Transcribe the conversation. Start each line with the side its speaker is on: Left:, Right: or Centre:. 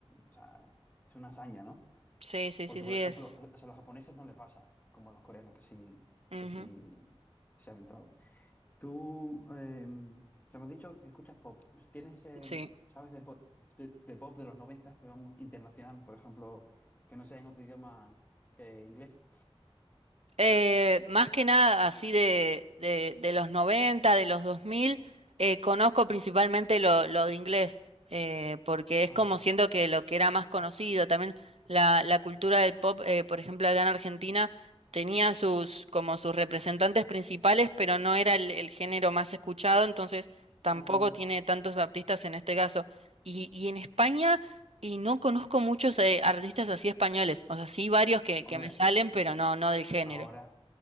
Left: o sea, es una hazaña, ¿no?
Right: Sí, sí,
Left: Porque,
Right: sí, sí,
Left: por ejemplo,
Right: es.
Left: eh, o sea, a los japoneses no le pasa, como a los coreanos, que sí,
Right: Ujú,
Left: que sí se han entrado. Tú, eh, o sea, me has dicho que escuchas pop. ¿Tienes, eh,
Right: Sí.
Left: sabes, de pop de, de pop de los 90, digamos, internacional, por ejemplo, que no sea en otro idioma que inglés?
Right: Eh, más que nada así de, de, de los noventa de los 2000, eh, conozco principalmente lo, lo de inglés, eh, porque es
Left: Ay,
Right: como siento
Left: ca-
Right: que lo que era más conocido, también la, la cultura del pop, eh, por ejemplo, acá en Argentina, tenía sus, como sus representantes principales, pero no era el, el género más escuchado, entonces tampoco
Left: Mm,
Right: tiene tantos artistas en este caso. Y, y en España,
Left: ca-
Right: y no conozco muchos, eh, artistas así españoles, o sea, sí varios que,
Left: Hombre,
Right: que me salen, pero no, no del género.
Left: ahora,